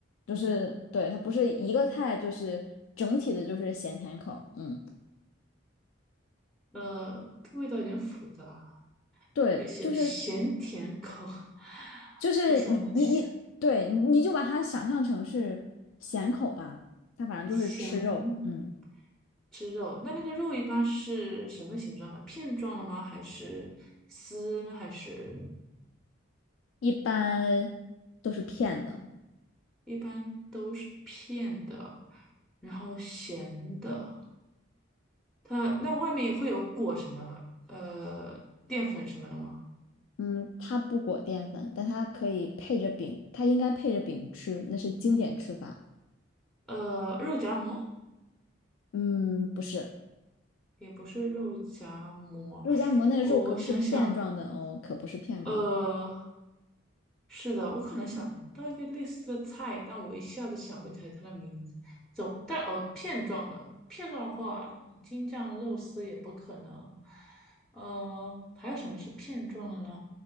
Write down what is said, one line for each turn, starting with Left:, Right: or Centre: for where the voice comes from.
Left: 就是对，它不是一个菜，就是整体的就是咸甜口，嗯，
Centre: 呃，这个味道有点复杂，
Left: 对，
Centre: 也许有咸甜口。
Left: 就是
Centre: <laughs>
Left: 就是你你你，
Centre: 我想想，
Left: 对，你就把它想象成是咸口吧，它反正就是吃肉，
Centre: 咸
Left: 嗯，
Centre: 吃肉，那那个肉一般是什么形状的？片状的吗？还是丝呢？还是
Left: 一般都是骗的。
Centre: 一般都是片的，然后咸的。它那外面会有裹什么？呃，淀粉什么的吗？
Left: 嗯，它不裹淀粉，但它可以配着饼，它应该配着饼吃，那是经典吃法。
Centre: 呃，肉夹馍。
Left: 嗯，不是，
Centre: 也不是肉夹馍。
Left: 肉夹馍那个肉可不是片状的哦，
Centre: 哦，我想想，
Left: 可不是片状的。
Centre: 呃，是的，我可能想到一个类似的菜，但我一下子想不起来它的名字。总，但哦，片状的，片状的话，京酱肉丝也不可能。呃，还有什么是片状的呢？